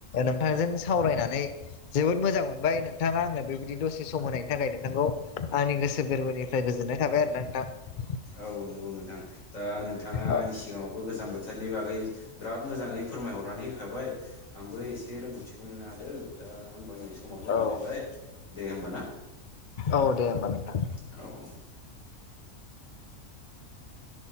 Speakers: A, on the left; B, on the left.
A: नोंथांजों सावरायनानै जोबोद मोजां मोनबाय नोंथाङा आङो बेबायदि दसे सम होनायनि थाखाय नोंथांखौ आंनि गोसो गोरबोनिफ्राय गोजोननाय थाबाय आरो ना नोंथां
B: औ नंगौ नोंथां दा नोंथाङा
A: औ
B: आंनि सिगाङावबो गोजां बोथोरनि बागै बिराद मोजाङै फोरमायहरनानै होखाबाय आं बो एसे रोंगौथिखौ मोननो हादों दा होमबा नै समाबो जानानै
A: औ
B: फैबाय दे होमबा ना
A: औ दे होमबा नोंथां।
B: औ। <inaudible>